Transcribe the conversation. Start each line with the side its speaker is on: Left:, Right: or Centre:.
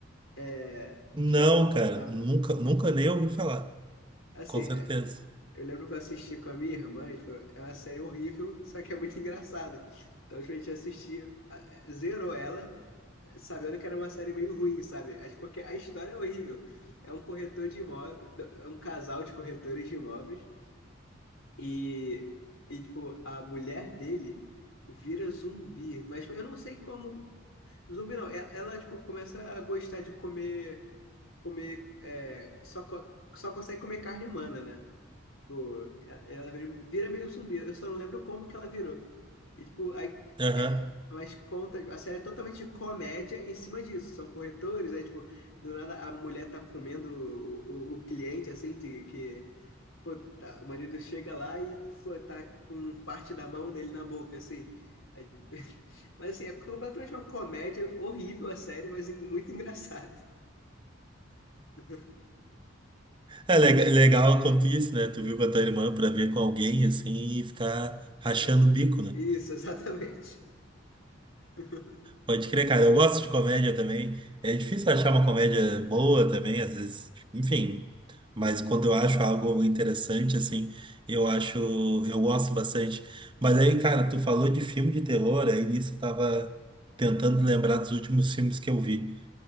Left: É,
Right: Não,
Left: já,
Right: cara,
Left: não,
Right: nunca, nunca nem ouvi falar,
Left: assim,
Right: com certeza.
Left: é, eu lembro que eu assisti com a minha irmã, e, tipo, é uma série horrível, só que é muito <laughs> engraçada. Então, tipo, a gente assistiu, a- zerou ela. sabendo que era uma série meio ruim, sabe? É porque a história é horrível. É um corretor de imóveis, é um casal de corretores de imóveis e, e tipo, a mulher dele vira zumbi. Mas tipo, eu não sei como. Zumbi não. E- Ela, tipo, começa a gostar de comer, comer, é, só, co- só consegue comer carne humana, né? Tipo, e- ela vira vira meio zumbi. Eu só não lembro como que ela virou. E, tipo, aí.
Right: Aham.
Left: é, mas conta. A série é totalmente de comédia em cima disso. São corretores, aí, tipo, do nada a mulher tá comendo o, o, o cliente, assim, que. que, pô, tá- o marido chega lá e, pô, tá com parte da mão dele na boca, assim. Aí- <laughs> mas, assim, é completamente uma comédia horrível a série, mas en- muito engraçado. <laughs>
Right: É lega- é legal quanto isso, né? Tu viu com a tua irmã pra ver com alguém assim e ficar rachando
Left: É,
Right: o bico, né?
Left: isso, exatamente. <laughs>
Right: Pode crer, cara. Eu gosto de comédia também. É difícil achar uma comédia boa também, às vezes, enfim. Mas quando eu acho algo interessante, assim, eu acho, eu gosto bastante. Mas aí, cara, tu falou de filme de terror, aí nisso eu tava tentando lembrar dos últimos filmes que eu vi.